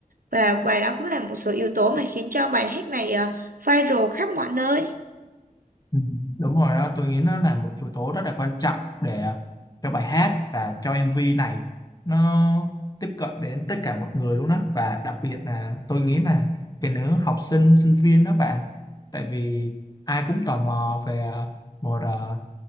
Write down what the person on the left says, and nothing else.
Ừ, đúng rồi á tôi nghĩ nó là một yếu tố rất là quan trọng để cho bài hát và cho MV này nó tiếp cận đến tất cả mọi người luôn á và đặc biệt là tôi nghĩ là cái nữ học sinh sinh viên đó bạn tại vì ai cũng tò mò về ờ, một ờ,